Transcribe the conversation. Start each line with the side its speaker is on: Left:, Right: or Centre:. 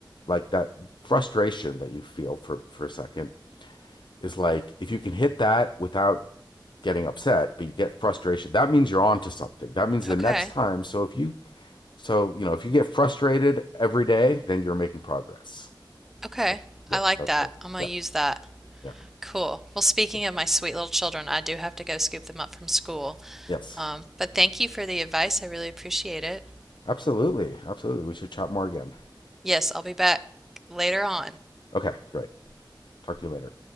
Left: Like that frustration that you feel for for a second is like if you can hit that without getting upset, but you get frustration, that means you're on to something. That means the
Centre: Okay.
Left: next time. So if you So, you know, if you get frustrated every day, then you're making progress.
Centre: Okay.
Left: That, yeah,
Centre: I like
Left: that's
Centre: that.
Left: how,
Centre: I'm gonna
Left: yeah,
Centre: use that.
Left: yeah,
Centre: Cool. Well, speaking
Left: cool.
Centre: of my sweet little children, I do have to go scoop them up from school.
Left: Yes,
Centre: Um, but thank you for the advice. I really appreciate it.
Left: absolutely. Absolutely. We should chat more again.
Centre: Yes, I'll be back later on.
Left: Okay, great. Talk to you later.